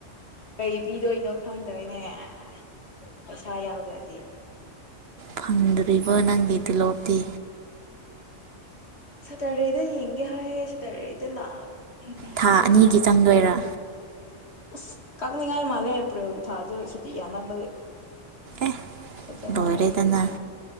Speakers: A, on the left; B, on the right.
A: ꯀꯩ ꯄꯤꯗꯣꯏꯅꯣ ꯈꯪꯗꯔꯦ꯫ <unintelligible> ꯄꯩꯁꯥ ꯌꯥꯎꯗ꯭ꯔꯗꯤ꯫
B: ꯐꯪꯗ꯭ꯔꯤꯕ ꯅꯪꯒꯤ ꯇꯨꯂꯣꯞ꯫ ꯇꯤ꯫
A: ꯁꯦꯇꫪꯗꯦꯗ ꯌꯦꯡꯒꯦ ꯍꯥꯏꯌꯦ ꯁꯦꯇꫪꯗꯦꯗ ꯂꯥꯛꯑꯒ꯫ ꯎꯝ
B: ꯊꯥ
A: ꯀꯩ
B: ꯑꯅꯤꯒꯤ
A: <unintelligible> ꯍꯥꯏ
B: ꯆꯪꯗꯣꯏꯔꯥ
A: ꯑꯁ ꯀꯛꯅꯤꯡꯉꯥꯏ ꯃꯥꯜꯂꯦ ꯑꯦꯄ꯭ꯔꯤꯜꯒꯤ ꯊꯥꯁꯨ ꯁꯨꯇꯤ ꯌꯥꯃꯟꯕꯒꯤ꯫
B: ꯑꯦ
A: ꯐꯖꯅ
B: ꯂꯣꯏꯔꯦꯗꯅ
A: ꯍꯥꯏꯕꯤꯗꯦ ꯁꯥ꯫